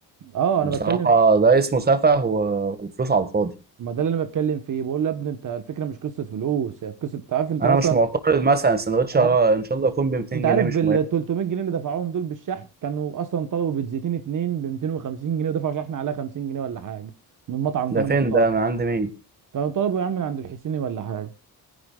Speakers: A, on the right; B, on the right.
A: اه انا
B: بصراحة
A: بتكلم
B: ده اسمه سفه و- وفلوس على الفاضي
A: ما ده اللي انا بتكلم فيه بقول له يا ابني انت الفكره مش قصه فلوس هي في قصه انت عارف انت
B: أنا
A: اصلا
B: مش معترض مثلا السندوتش
A: اه
B: إن شاء الله يكون ب 200
A: انت عارف
B: جنيه مش
A: بال
B: مهم
A: 300 جنيه اللي دفعوهم دول بالشحن كانوا اصلا طلبوا بيتزيتين اتنين ب 250 جنيه ودفعوا شحن عليها 50 جنيه ولا حاجه من مطعم تاني
B: ده
A: محترم
B: فين ده من عند مين
A: كانوا طلبوا يا عم من عند الحسيني ولا حاجه